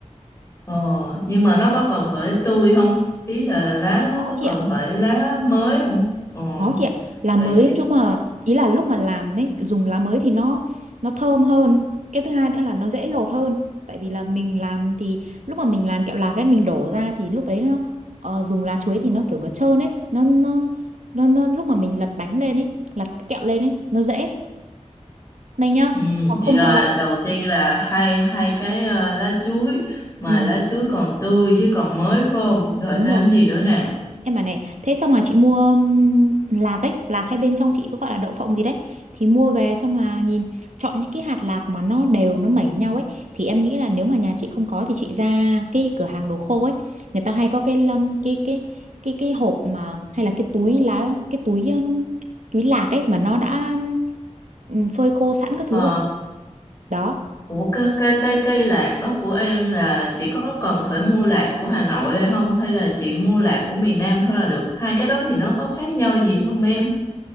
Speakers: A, on the left; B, on the right.
A: Ờ, nhưng mà nó có cần phải tươi không? Ý là lá
B: có
A: nó có
B: thì
A: cần phải lá mới không? Ờ,
B: Có chị ạ, lá
A: vậy
B: mới
A: để
B: lúc là ý là lúc mà làm ấy dùng lá mới thì nó nó thơm hơn. Cái thứ hai nữa là nó dễ lột hơn. Tại vì là mình làm thì lúc mà mình làm kẹo lạc ấy mình đổ ra thì lúc đấy nó ờ, dùng lá chuối thì nó kiểu nó trơn ấy, nó nó nó, nó lúc mà mình lật bánh lên ấy, lật cái kẹo lên ấy, nó dễ. Đây nhá,
A: ừ,
B: hoặc
A: vậy
B: không
A: là
B: có lá.
A: đầu tiên là hai hai cái ờ, lá chuối mà
B: Ừ,
A: lá chuối còn tươi với còn mới phải không? Rồi
B: đúng
A: thêm
B: rồi.
A: gì nữa nè?
B: Em bảo này, thế xong là chị mua ừm, lạc ấy, lạc hay bên trong chị có gọi là đậu phộng gì đấy. Thì mua về xong là nhìn, chọn những cái hạt lạc mà nó đều, nó mẩy nhau ấy. Thì em nghĩ là nếu mà nhà chị không có thì chị ra cái cửa hàng đồ khô ấy. Người ta hay có cái lâm cái cái cái cái hộp mà hay là cái túi lá cái túi ừm, túi lạc ấy mà nó đã ừm, phơi khô sẵn các thứ
A: Ờ,
B: rồi. Đó,
A: ủa cái cái cái cây lạc đó của em là chỉ có cần phải mua lạc của Hà Nội hay không? Hay là chị mua lạc của miền Nam thôi là được? Hai cái đó thì nó có khác nhau gì không em?